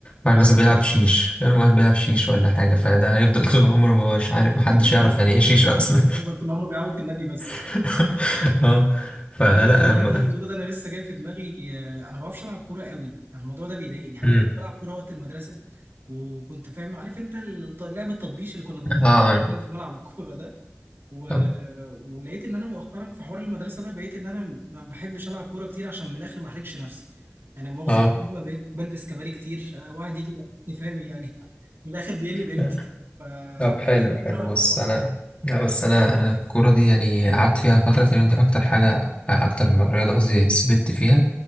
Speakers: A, on the left; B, on the right.
A: واحد
B: بالظبط
A: مثلا بيلعب شيش فاهم واحد بيلعب شيش ولا حاجة فده هيفضل <laughs> طول عمره ما مش عارف محدش
B: <laughs>
A: يعرف يعني ايه شيش اصلا
B: تفضل طول عمره بيلعبوا في النادي بس
A: <laughs> اه
B: والله
A: فلا
B: انت من اللي
A: أم-
B: انت بتقوله ده انا لسه جاي في دماغي آه، انا ما بعرفش العب كوره قوي انا الموضوع ده بيضايقني يعني
A: امم
B: انا كنت بلعب كوره وقت المدرسه وكنت فاهم عارف انت الط- لعب التطبيش اللي كنا بنضبش
A: اه آه.
B: في ملعب الكوره ده و...
A: طب
B: ولقيت ان انا مؤخرا في حوار المدرسه ده بقيت ان انا ما بحبش العب كوره كتير عشان من الاخر ما احرجش نفسي انا مؤاخذه
A: اه
B: في الكلمه بقيت بلبس كباري كتير آه، واحد يجي يلاقيني فاهم يعني <laughs> من الاخر بيقل بقيمتي
A: <laughs>
B: ف
A: طب حلو حلو
B: ايه رايك في
A: بص
B: الحوار ده
A: انا لا بس انا انا الكوره دي يعني قعدت فيها فتره تقريبا دي اكتر حاجه اكتر من رياضه قصدي سبت فيها